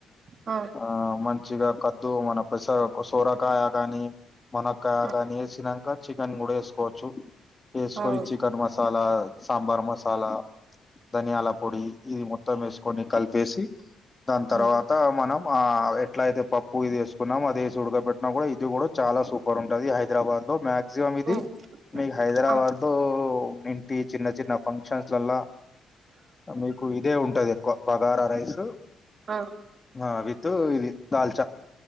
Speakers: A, on the right (about 50°); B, on the left (about 25°).
A: అ
B: ఆ మంచిగా కద్దు మన పెసర్ సొరకాయ గాని మునక్కాయ
A: ఆ
B: కానీ వేసినాక చికెన్ కూడా వేసుకోవచ్చు ఏసుకొని
A: అవును
B: చికన్ మసాలా, సాంబార్ మసాలా, ధనియాల పొడి ఇది మొ మత్తం వేసుకొని కలిపేసి దాని తర్వాత
A: ఆ
B: మనం ఆ ఎట్లా అయితే పప్పు ఇది వేసు కున్నాం అదిదేసి ఉడకబ పెట్టినా కూడా ఇది కూడా చాలా సూపర్ ఉంటుది హైదరాబాద్ లో మ్యాక్ మక్సిమం ఇది
A: ఉమ్
B: మీ హైదరాబాద్
A: ఆ
B: లో ఇంటి చిన్న చిన్న ఫంక్షన్స్లల్లా ఆ మీకు ఇదే ఉంటది ఎక్కువ బగారా రైస్
A: ఆ
B: ఆ విత్ ఇది దాల్చా